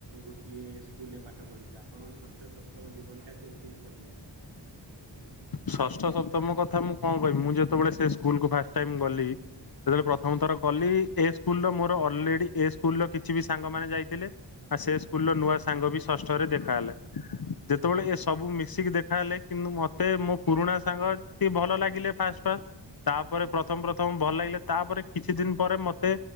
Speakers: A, on the right (about 85°); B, on the left (about 50°).
A: ଗୋଟିଏ ସ୍କୁଲରେ ପାଠ ପଢ଼ିଚା ଆପଣ ଷଷ୍ଠ ସପ୍ତମ ଜୀବନଟା କେମିତି କଟିଲା?
B: ଷଷ୍ଠ ସପ୍ତମ କଥା ମୁଁ କଣ କହିବି ମୁଁ ଯେତେବେଳେ ସେ ସ୍କୁଲକୁ ଫାଷ୍ଟ ଟାଇମ୍ ଗଲି ଯେତେବେଳେ ପ୍ରଥମ ଥର ଗଲି ଏ ସ୍କୁଲର ମୋର ଅଲରେଡ଼ି ଏ ସ୍କୁଲର କିଛି ବି ସାଙ୍ଗମାନେ ଯାଇଥିଲେ। ଆ ସେ ସ୍କୁଲ ର ନୂଆ ସାଙ୍ଗ ବି ଷଷ୍ଠରେ ଦେଖା ହେଲା ଯେତେବେଳେ ଏ ସବୁ ମିଶିକି ଦେଖାହେଲେ କିନ୍ତୁ ମତେ ମୋ ପୁରୁଣା ସାଙ୍ଗ ଟି ଭଲ ଲାଗିଲେ ଫାଷ୍ଟେ ଫାଷ୍। ତାପରେ ପ୍ରଥମ ପ୍ରଥମ ଭଲ ଲାଗିଲେ ତାପରେ କିଛି ଦିନ ପରେ ମତେ